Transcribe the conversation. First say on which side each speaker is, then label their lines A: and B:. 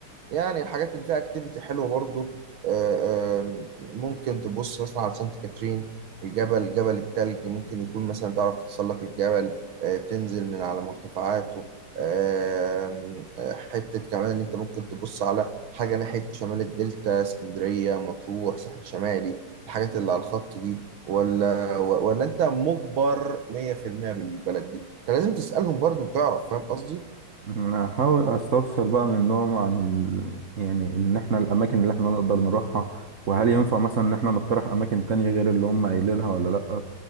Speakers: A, on the right; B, on the right.
A: يعني الحاجات اللي فيها اكتيفيتي حلوه برضو آه، آه، ممكن تبص مثلا على سانت كاترين الجبل جبل التلج ممكن يكون مثلا تعرف تتسلق الجبل آه، تنزل من على مرتفعاته آه، آه، حتة كمان اللي انت ممكن تبص على حاجة ناحية شمال الدلتا اسكندرية مطروح ساحل شمالي الحاجات اللي على الخط دي ولا ولا انت مجبر 100% بالبلد دي انت لازم تسألهم برضو وتعرف فاهم قصدي
B: انا هحاول استفسر بقى منهم عن ال... يعني ان احنا الاماكن اللي احنا نقدر نروحها وهل ينفع مثلا ان احنا نقترح اماكن تانية غير اللي هم قايلينها ولا لا